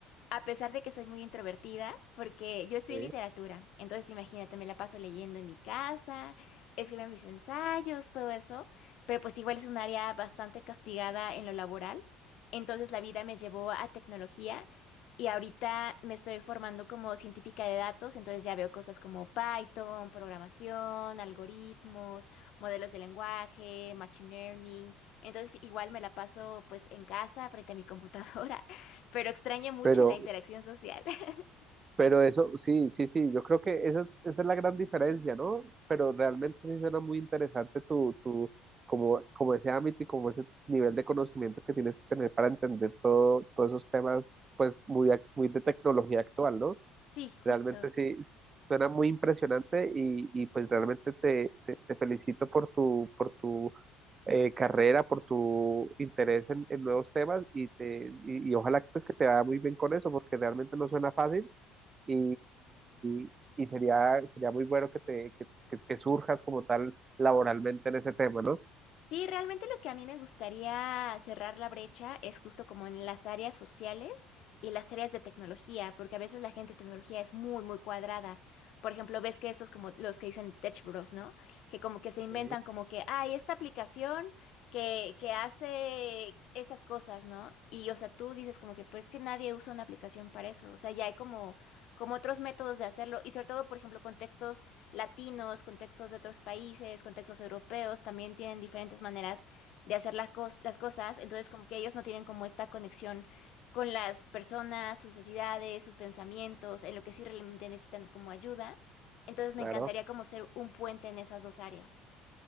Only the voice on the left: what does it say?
A pesar de que soy muy introvertida, porque yo estudié
literatura, entonces imagínate, me la paso leyendo en mi casa, escribiendo mis ensayos, todo eso, pero pues igual es un área bastante castigada en lo laboral, entonces la vida me llevó a tecnología y ahorita me estoy formando como científica de datos, entonces ya veo cosas como Python, programación, algoritmos, modelos de lenguaje, machine learning, entonces igual me la paso pues en casa frente a mi computadora pero extraña mucho
la interacción social. <laughs>
Sí, justo.
Sí, realmente lo que a mí me gustaría cerrar la brecha es justo como en las áreas sociales y las áreas de tecnología, porque a veces la gente de tecnología es muy, muy cuadrada. Por ejemplo, ves que estos como los que dicen Tech Bros, ¿no? Que como que se inventan
como que, ay, esta aplicación que, que hace estas cosas, ¿no? Y o sea, tú dices como que, pero es que nadie usa una aplicación para eso. O sea, ya hay como, como otros métodos de hacerlo y sobre todo, por ejemplo, contextos latinos, contextos de otros países, contextos europeos, también tienen diferentes maneras de hacer la cos- las cosas, entonces como que ellos no tienen como esta conexión con las personas, sus necesidades, sus pensamientos, en lo que sí realmente necesitan como ayuda. Entonces me
encantaría como ser un puente en esas dos áreas.